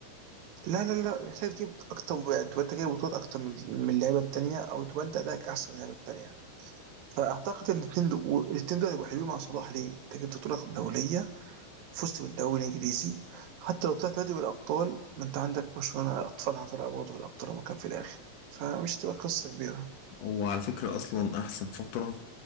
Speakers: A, on the right (about 75°); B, on the left (about 80°).
A: لا لا لا محتاج تجيب اكتر واحد تبقى انت جايب بطولات اكتر من من اللعيبه التانيه او تبقى انت ادائك احسن من اللعيبه التانيه فاعتقد الاثنين دول الاثنين دول هيبقوا حلوين مع صلاح ليه؟ انت جبت بطوله دوليه وفزت بالدوري الانجليزي حتى لو طلعت نادي بالابطال ما انت عندك برشلونه اطفالها طلعوا برضه بالابطال وما كان في الاخر فمش تبقى قصه كبيره
B: وعلى فكره اصلا احسن فتره